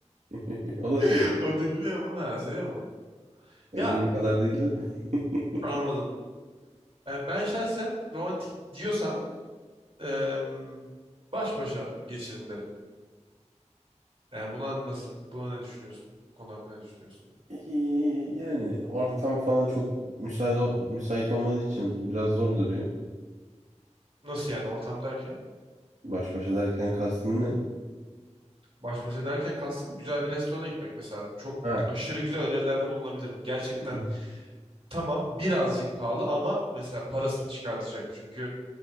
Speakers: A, on the right (about 75°); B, on the right (about 50°).
A: <laughs> O
B: <laughs>
A: da sev.
B: o dinliyor mu? Ha, seviyor mu?
A: Yani
B: Ya
A: benim kadar değildi de. <laughs>
B: anladım. Yani ben şahsen romantik diyorsan eee, baş başa geçirin derim. Yani buna nasıl buna ne düşünüyorsun? Bu konu hakkında ne düşünüyorsun?
A: Ee, Yani ortam falan çok müsait, ol- müsait olmadığı için biraz zor duruyor.
B: Nasıl yani ortam derken?
A: Baş başa derken kastın ne?
B: Baş başa derken kastım güzel bir restorana gitmek mesela. Çok
A: Ha.
B: aşırı güzel önerilerde bulunabilirim. Gerçekten
A: <clears throat>
B: tamam birazcık pahalı ama mesela parasını çıkartacak. Çünkü